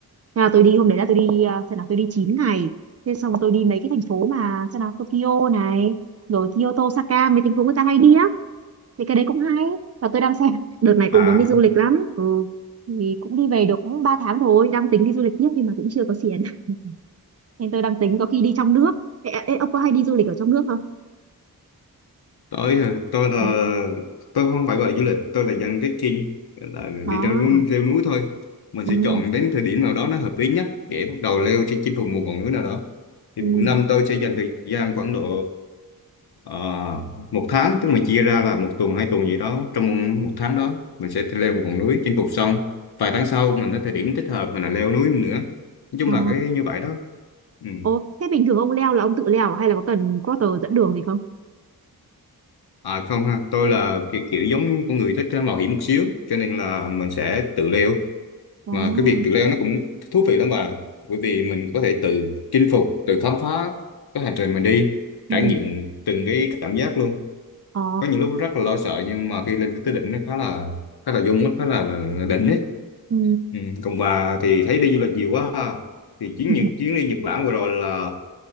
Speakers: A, on the right; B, on the left.
A: Thế là tôi đi hôm đấy là tôi đi à, xem nào tôi đi chín ngày thế xong tôi đi mấy cái thành phố mà xem nào Tokyo này rồi Kyoto Osaka mấy thành phố người ta hay đi á thì cái đấy cũng hay và tôi đang xem <laughs> đợt này cũng
B: à
A: muốn đi du lịch lắm ừ thì cũng đi về được cũng 3 tháng rồi đang tính đi du lịch tiếp nhưng mà cũng chưa có tiền <laughs> nên tôi đang tính có khi đi trong nước ê, ê, ông có hay đi du lịch ở trong nước không
B: tôi ờ, tôi là
A: ừ.
B: tôi không phải gọi là du lịch tôi là dân trekking là
A: đó
B: đi leo núi, leo núi thôi mình
A: ừ.
B: sẽ chọn đến thời điểm nào đó nó hợp lý nhất để bắt đầu leo trên chinh phục một ngọn núi nào đó thì
A: Ừ.
B: một năm tôi sẽ dành thời gian khoảng độ Ờ, một tháng tức mình chia ra là một tuần hai tuần gì đó trong một một tháng đó mình sẽ leo một ngọn núi chinh phục xong vài tháng sau mình có thời điểm thích hợp mình là leo núi nữa nói chung
A: Ờ.
B: là cái như vậy đó ừ.
A: Ồ, thế bình thường ông leo là ông tự leo à? hay là có cần porter dẫn đường gì không?
B: à không ha tôi là kiểu, kiểu giống con người thích uh, mạo hiểm một xíu cho nên là mình sẽ tự leo
A: Ồ.
B: mà cái việc tự leo nó cũng thú vị lắm bà bởi vì mình có thể tự chinh phục tự khám phá cái hành trình mình đi
A: Ừ.
B: trải nghiệm từng cái cảm giác luôn
A: Ờ.
B: có những lúc rất là lo sợ nhưng mà khi lên tới đỉnh nó khá là khá là dung á, khá là, là đỉnh ấy
A: Ừ.
B: ừ. còn bà thì thấy đi du lịch nhiều quá ha. thì chuyến
A: <laughs>
B: Nhật chuyến đi Nhật Bản vừa rồi là